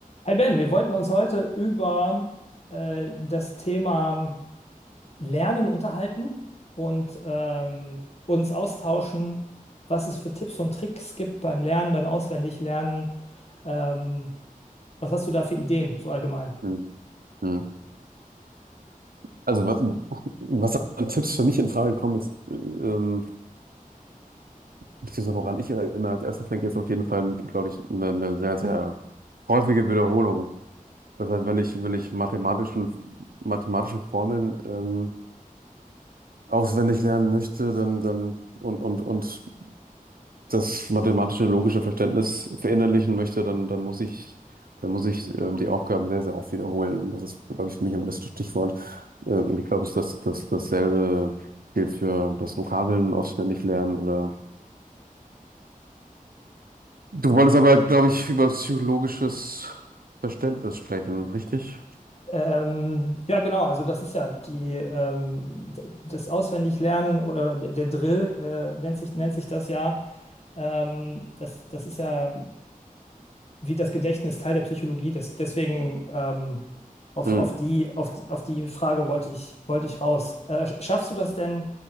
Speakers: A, on the left; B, on the right.
A: Hi Ben, wir wollten uns heute über äh, das Thema Lernen unterhalten und ähm, uns austauschen, was es für Tipps und Tricks gibt beim Lernen, beim Auswendiglernen. Ähm, was hast du da für Ideen, so allgemein?
B: Hm, hm. Also was, was an Tipps für mich in Frage kommen ist, äh, ähm, beziehungsweise woran ich immer als erstes denke, ist auf jeden Fall, glaube ich, eine, eine sehr, sehr häufige Wiederholung. Das heißt, wenn ich, wenn ich mathematischen, mathematische Formeln ähm, auswendig lernen möchte, dann, dann und, und, und das mathematische, logische Verständnis verinnerlichen möchte, dann, dann muss ich, dann muss ich ähm, die Aufgaben sehr, sehr oft wiederholen. Das ist, glaube ich, für mich immer das Stichwort. Äh, und ich glaube, es ist das, das, dasselbe gilt für das Vokabeln auswendig lernen oder. Du wolltest aber, glaube ich, über psychologisches Verständnis sprechen, richtig?
A: Ähm, ja, genau, also das ist ja die, ähm, d- das Auswendiglernen oder d- der Drill äh, nennt sich, nennt sich das ja. Ähm, das, das ist ja. wie das Gedächtnis Teil der Psychologie ist. Deswegen ähm, auf,
B: Hm,
A: auf die, auf die, auf die Frage wollte ich, wollte ich raus. Äh, schaffst du das denn